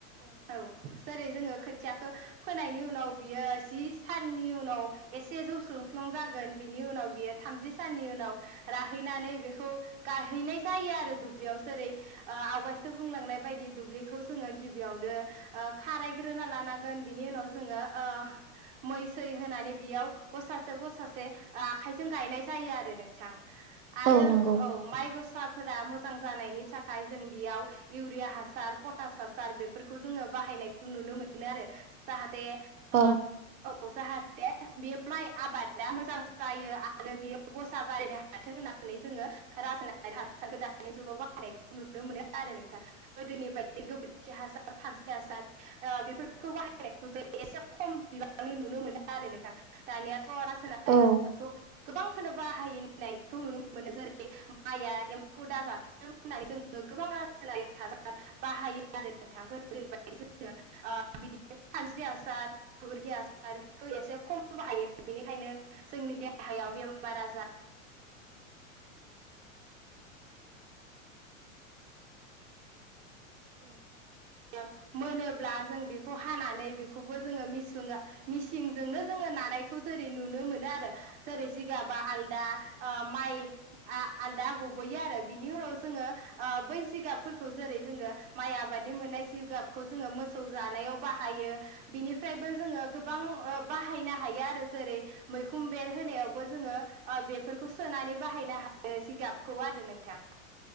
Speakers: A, on the right; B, on the right.
A: औ जेरै जोङो खोथियाखौ फोनायनि उनाव बियो जि साननि उनाव एसे जौस्लुंस्लुं जागोन बिनि उनाव बियो थामजि साननि उनाव राहैनानै बेखौ गाहैनाय जायो आरो दुब्लियाव जेरै आवगायसो बुंला थांनाय बायदि दुब्लिखौ जोङो गिबियावनो खारायग्रोना लानांगोन बिनि उनाव जोङो ओ मै सै होनानै बेयाव गसासे गसासे आखाइजों गायनाय जायो आरो नोंथां। आरो
B: औ नंगौ
A: औ माइ गसा फोर मोजां जानायनि थाखाय जों बेयाव इउरिया हासार पटास हासार बेफोरखौ जोङो बाहाय <unintelligible> नुनो मोनो आरो जाहाते
B: औ
A: ओ औ जाहा ते बे माइ आबादा मोजां जायो आरो बेयाव गसा बारायनो हाथों होननानै जोङो ओ रासायारि हासारखौ दानि जुगाव बाहायनायखौ नुनो मोनो आरो नोंथां गोदोनि बायदि <unintelligible> खि हासार खानस्रि हासार ओ बेफोरखौ बाहायनायखौ जों एसे <unintelligible> खम बिबांनि नुनो मोनो आरो नोंथां दानियाथ' रासायनारि
B: औ
A: हासारखौ गोबांखोनो बाहायनायखौ नुनो मोनो जेरै माइआ एम्फौ दाजाथों होननानै जोङो गोबां रासायनारि हासार बाहायो आरो नोंथां <unintelligible> खानस्रि हासार गोबोरखि हासार बेखौ एसे खम बाहायो बेनिखायनो जोंनि देहायाव बेमार आजार <unintelligible> मोनोब्ला जों बेखौ हानानै बेखौबो जोङो मिसिंगा मिसिंजोंनो जोङो नानायखौ जेरै नुनो मोनो आरो जेरै जिगाबा आलदा ओ माइ आ आ आलदा गबोयो आरो बिनि उनाव जोङो ओ बै जिगाबफोरखौ जेरै जोङो माइ आबाद <unintelligible> मोननाय जिगाबखौ जोङो मोसौ जानायाव बाहायो बिनिफ्रायबो जोङो गोबां ओ बाह हायनो हायो आरो जेरै मैखुम बेर होनायावबो जोङो ओ बेफोरखौ सोनानै बाहायनो हा <unintelligible> जिगाबखौ आरो नोंथां